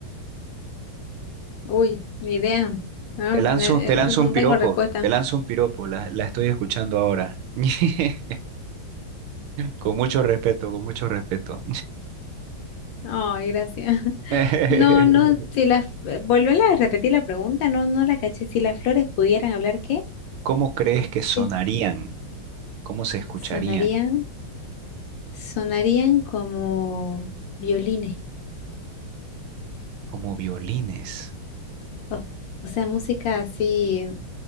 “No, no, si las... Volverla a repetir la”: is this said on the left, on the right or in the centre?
Left